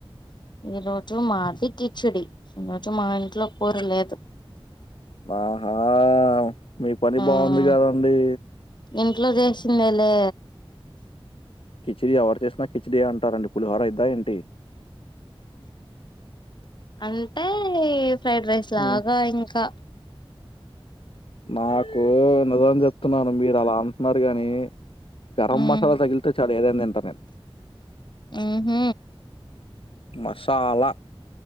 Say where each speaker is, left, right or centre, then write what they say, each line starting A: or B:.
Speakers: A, on the left (about 50°); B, on the left (about 70°).
A: ఈ రోజు మాది కిచిడి, ఈ రోజు మా ఇంట్లో కూర లేదు
B: ఆహా మీ పని
A: మ్మ్
B: బాగుంది గదండి
A: ఇంట్లో చేసిందె లే
B: కిచిడి ఎవరు చేసినా కిచిడి ఏ అంటారండి పులిహోర అయిద్దా ఏంటి
A: అంటే ఫ్రైడ్ రైస్ లాగా
B: హ్మ్.
A: ఇంకా
B: నాకు నిజం చెప్తున్నాను మీరు అలా అంటున్నారు గాని గరం
A: మ్మ్
B: మసాలా తగిలితే చాలు ఏదైన్ తింటాన్ నేను
A: ఉహ్
B: మసాలా